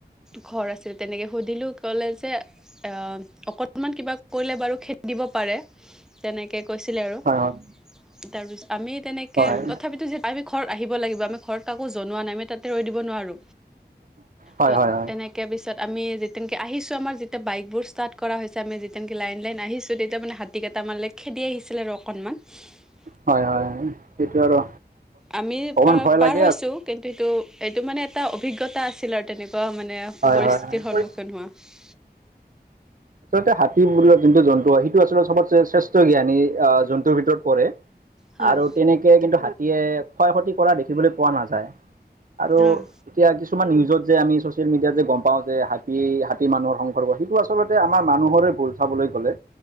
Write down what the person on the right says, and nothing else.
হয়
হয়
হয়।
হয়
হয় হয়।
হয়-হয়। সেইটো আৰু,
অকমান ভয়
লাগ <unintelligible>
হয়,
হয়, হয়।
আচলতে হাতী বোলা যোনটো জন্তু হয়, সেইটো আচলতে চবতকে শ্ৰেষ্ঠ জ্ঞানী আহ জন্তুৰ ভিতৰত পৰে। <unintelligible>
আৰু তেনেকে কিন্তু হাতীয়ে ক্ষয়-ক্ষতি কৰা দেখিবলৈ পোৱা নাযায়। আৰু <unintelligible>
এতিয়া কিছুমান নিউজত যে আমি ছ'চিয়েল মিডিয়াত যে গম পাওঁ যে, হাতী-হাতী মানুহৰ সংঘৰ্ষ, সেইটো আচলত <unintelligible> আমাৰ মানুহৰে ভুল চাবলৈ গ'লে